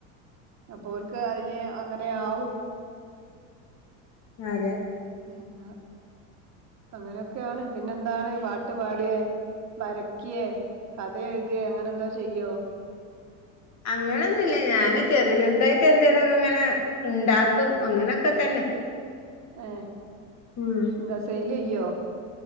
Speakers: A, on the right; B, on the left.
A: അപ്പോ ഓല്ക്ക് അതിന് അങ്ങനെയാവും
B: അതെ
A: പിന്നെ അങ്ങനൊക്കെയാണ് പിന്നെന്താണ് പാട്ട് പാടേ വരക്ക്യേ കഥഎഴുതേ അങ്ങനെ എന്തേലും ചെയ്യോ
B: അങ്ങനൊന്നുമില്ല ഞാന് ചെറിയ ചെറിയതായിട്ട് എന്തേലൊക്കെ ഇങ്ങനെ ഉണ്ടാക്കും അങ്ങനൊക്കെത്തന്നെ
A: ഏ
B: ഉം
A: എന്താ സെയിൽ ചെയ്യോ